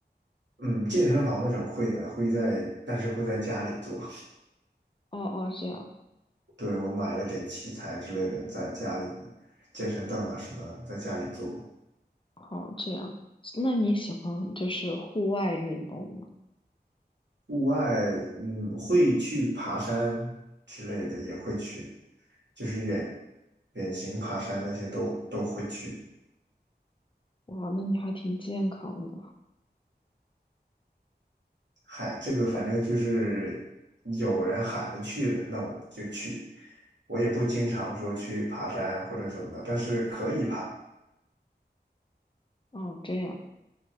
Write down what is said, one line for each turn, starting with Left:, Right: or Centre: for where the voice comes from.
Right: 嗯，健身房那种会的，会在，但是会在家里做。
Left: 哦哦，这样，
Right: 对，我买了点器材之类的，在家里健身凳啊什么，在家里做。
Left: 好，这样，那你喜欢就是户外运动吗？
Right: 户外，嗯，会去爬山之类的，也会去，就是远远行爬山那些都都会去。
Left: 哇，那你还挺健康的。
Right: 嗨，这个反正就是有人喊着去了，那我们就去。我也不经常说去爬山啊或者什么的，但是可以爬。
Left: 哦，这样。